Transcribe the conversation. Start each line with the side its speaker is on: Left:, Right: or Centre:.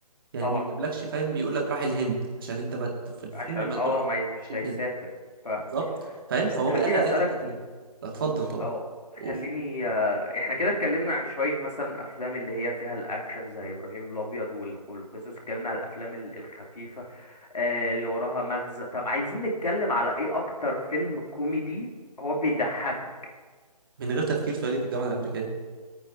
Right: يعني
Left: طبعا
Right: ما يجيبلكش فاهم يقول لك راح الهند عشان انت ما ت- في الفيلم
Left: عشان
Right: ما
Left: اه
Right: تروح
Left: ما
Right: ما
Left: ي-
Right: تروحش
Left: مش
Right: الهند
Left: هيسافر فاهمك
Right: بالظبط فاهم فهو
Left: طب خليني
Right: بيقلل عليك
Left: اسالك
Right: التكلفه اتفضل طبعا
Left: اه
Right: قول
Left: خليني آه، احنا كده اتكلمنا عن شويه مثلا افلام اللي هي فيها الاكشن زي ابراهيم الابيض وال- والقصص اتكلمنا على الافلام ال- الخفيفه آه، اللي وراها مغزى طب عايزين نتكلم على ايه اكتر فيلم كوميدي هو بيضحكك
Right: من غير تفكير تعالي في الجامعه الامريكيه